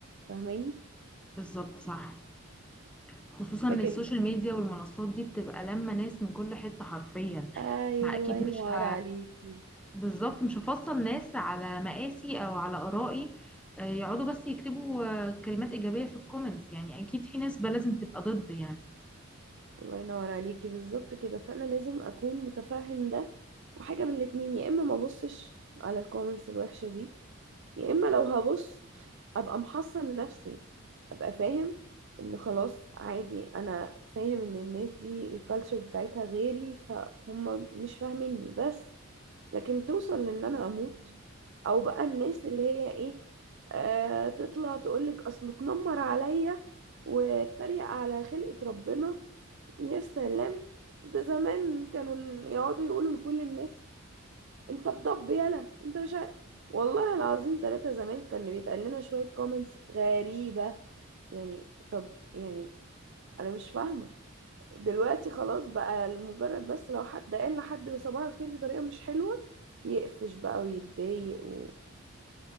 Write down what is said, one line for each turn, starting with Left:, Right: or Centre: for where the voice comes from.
Right: فاهماني
Centre: بالظبط صح خصوصا
Right: لكن
Centre: إن السوشيال ميديا والمنصات دي بتبقى لما ناس من كل حتة حرفيا
Right: ايوه
Centre: فأكيد
Right: الله ينور
Centre: مش ه...
Right: عليكي
Centre: بالظبط مش هفصل ناس على مقاسي أو على آرائي آه، يقعدوا بس يكتبوا آه، كلمات إيجابية في الكومنتس يعني أكيد في ناس بقى لازم تبقى ضد يعني
Right: الله ينور عليكي بالظبط كده فانا لازم اكون متفهم ده وحاجة من الاتنين يا اما ما ابصش على الكومنتس الوحشة دي يا اما لو هبص ابقى محصن نفسي ابقى فاهم ان خلاص عادي انا فاهم ان الناس دي الكالتشر بتاعتها غيري فهم مش فاهميني بس لكن توصل لان انا اموت او بقى الناس اللي هي ايه آه تطلع تقولك اصل اتنمر عليا واتريق على خلقة ربنا يا سلام ده زمان كانوا يقعدوا يقولوا لكل الناس انت بطب يلا انت مش عارف والله العظيم ثلاثة زمان كان بيتقال لنا شوية كومنتس غريبة يعني طب يعني انا مش فاهمة دلوقتي خلاص بقى لمجرد بس لو حد قال لحد صباح الخير بطريقة مش حلوة يقفش بقى ويتضايق و...